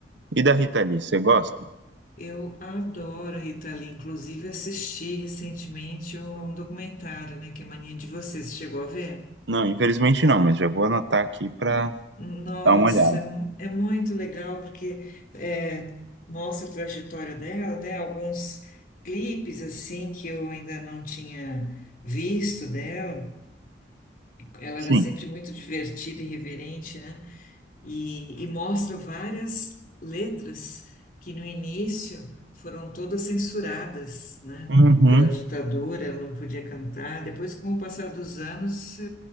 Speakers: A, on the right (about 80°); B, on the left (about 45°).
A: E da Rita Lee, você gosta?
B: Eu adoro a Rita Lee, inclusive assisti recentemente um documentário, né, que é Mania de Você. Você chegou a ver?
A: Não, infelizmente não, mas já vou anotar aqui para
B: Nossa,
A: dar uma olhada.
B: é, mu- é muito legal porque é, mostra a trajetória dela, né? Alguns clipes assim que eu ainda não tinha visto dela. Ela
A: Sim.
B: era sempre muito divertida e reverente, né? e, e mostra várias letras que no início foram todas censuradas, né,
A: Uhum.
B: pela ditadura, ela não podia cantar. Depois, com o passar dos anos, eh,